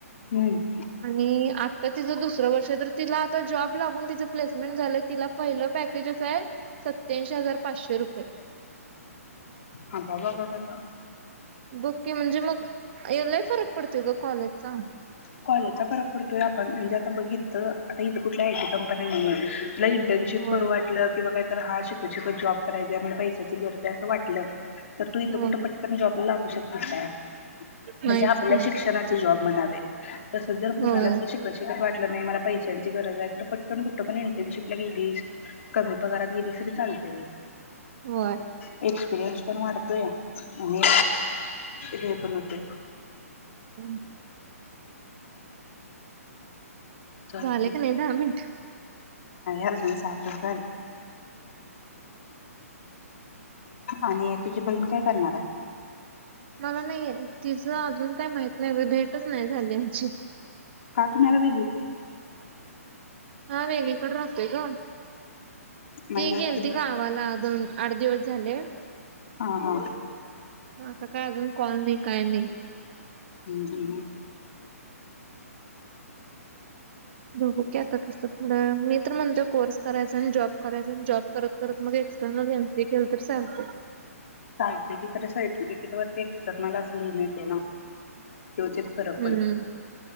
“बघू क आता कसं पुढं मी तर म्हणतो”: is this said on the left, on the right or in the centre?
Right